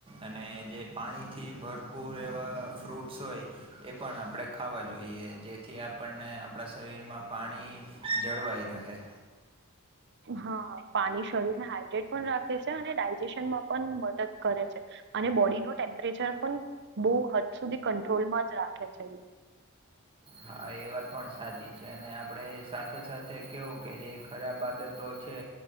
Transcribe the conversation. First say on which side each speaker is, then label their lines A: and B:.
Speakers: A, on the right; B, on the right.
A: અને જે પાણીથી ભર કૂર એવા ફ્રૂટ્સ હોય, એ પણ આપણેે ખાવા જોઈએ, જેથી આપણને આપણા શરીરમાં માં પાણી જળવાઈ રહે.
B: હા, પાણી શરીર ને હાડ્રેટ પણ રાખે છે, અને ડાયજેશનમાં પણ. કરે છે અને બોડી નું ટેમ્પરેચર પણ બહુ હદ સુધી કંટ્રોલમાં જ રાખે છે.
A: હા, એ વાત પણ સાચી છે અને આપણે સાથે સાથે કેવું કે, જે ખરાબ આદતો છે.